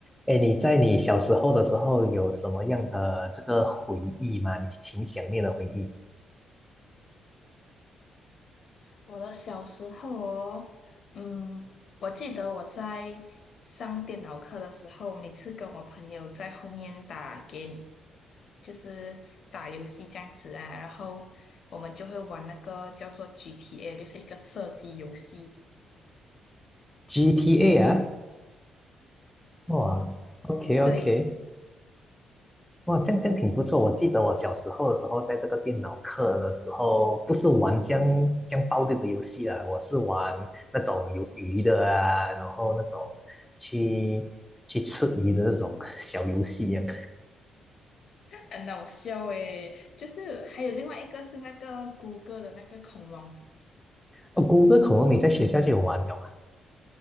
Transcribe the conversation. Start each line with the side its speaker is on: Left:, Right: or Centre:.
Centre: 哎，你在你小时候的时候有什么样的这个回忆吗？你挺想念的回忆。
Left: 我的小时候哦，嗯，我记得我在上电脑课的时候，每次跟我朋友在后面打 game，就是打游戏这样子啊，然后我们就会玩那个叫做 GTA，就是一个射击游戏，
Centre: GTA 啊，哇，OK OK，
Left: 对，
Centre: 哇，这样这样挺不错。我记得我小时候的时候，在这个电脑课的时候，不是玩这样这样暴力的游戏啊，我是玩那种有鱼的啊，然后那种去去吃鱼的那种小游戏一样。
Left: 很搞笑诶。就是还有另外一个是那个谷歌的那个恐龙
Centre: 哦，谷歌恐龙你在学校就有玩了